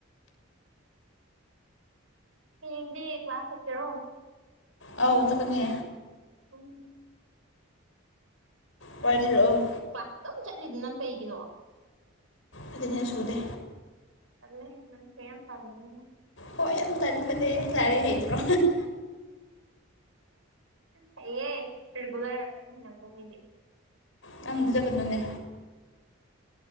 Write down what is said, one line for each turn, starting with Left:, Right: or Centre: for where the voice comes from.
Right: ꯍꯌꯦꯡꯡꯗꯤ ꯀ꯭ꯂꯥꯁ ꯆꯠꯀꯦꯔꯣ
Left: ꯑꯧ ꯆꯠꯈꯅꯤ
Right: ꯎꯝ
Left: ꯄꯅꯤꯔꯛꯑꯣ
Right: ꯀꯂꯥꯁ ꯑꯗꯨꯝ ꯆꯠꯂꯤꯗꯨꯅ ꯀꯩꯒꯤꯅꯣ
Left: ꯑꯦꯇꯦꯟꯗꯦꯟꯁ ꯁꯨꯗꯦ
Right: ꯇꯜꯂꯦ ꯅꯪ <unintelligible>
Left: ꯍꯣꯏ ꯌꯥꯝ ꯇꯟꯕꯅꯦ ꯌꯥꯔꯤ ꯍꯩꯇ꯭ꯔꯣ
Right: ꯍꯩꯌꯦ ꯔꯔꯤꯒꯨꯂꯔꯅꯤꯅ ꯀꯣ ꯃꯤꯗꯤ
Left: ꯅꯪꯗ ꯆꯠꯀꯗꯣꯏꯅꯦ